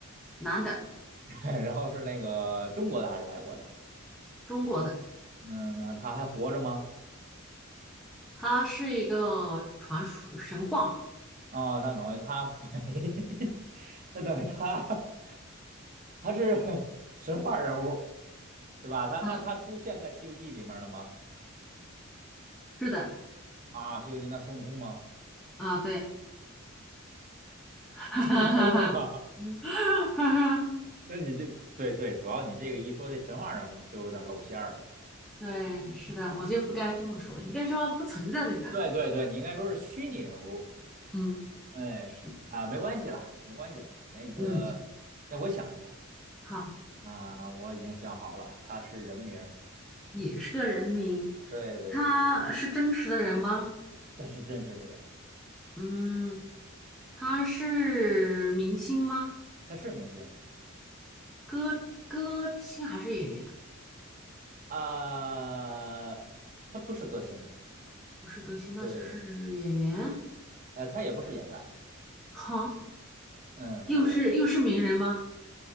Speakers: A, in the centre; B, on the right.
A: 男的，
B: <laughs> 然后是那个中国的还是外国的？
A: 中国的，
B: 嗯，那他还活着吗？
A: 他是一个传说神话
B: 哦，那等于他没，<laughs> 那等于他 <laughs> 他是 <laughs> 神话人物，对吧？
A: <laughs>
B: 他那他出现在《西游记》里面了吗？
A: 啊，是的
B: 啊，《西游记》那孙悟空吗？
A: 啊，对。<laughs> 哈哈哈哈。
B: <laughs> 孙悟空是吗？
A: 嗯，哈哈，
B: <laughs> 那你这对对，主要你这个一说这神话人物就有点露馅儿了。
A: 对，是的，我就不该这么说，应该说不存在的人。
B: 对对对，你应该说是虚拟人物。
A: 嗯，
B: 哎啊，
A: 是，
B: 没关系啦，没关系啦。那个，
A: 嗯，
B: 那我想一个
A: 好，
B: 啊，我已经想好了，他是人名儿。
A: 也是个人名，
B: 对对对对，
A: 他是真实的人吗？
B: 他是真实的人，
A: 嗯，他是明星吗？
B: 他是明星。
A: 歌歌星还是演员啊
B: 呃，他不是歌星，
A: 不是歌星，那就是演员。
B: 对，呃，他也不是演员，
A: 好，
B: 嗯，
A: 又是又是名人吗？
B: 对，